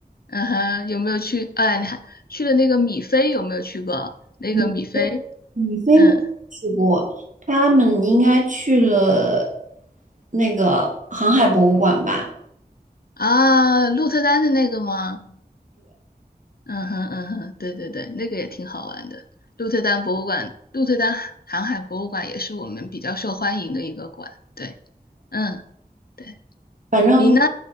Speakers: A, on the left; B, on the right.
A: 嗯哼，有没有去？哎，你还去了那个米菲，有没有去过那个米菲？
B: 你飞，你飞没去过，
A: 嗯
B: 他们应该去了那个航海博物馆吧？
A: 啊，鹿特丹的那个吗？嗯哼嗯哼，对对对，那个也挺好玩的。鹿特丹博物馆，鹿特丹航海博物馆也是我们比较受欢迎的一个馆。对，嗯，对，
B: 反正
A: 你呢？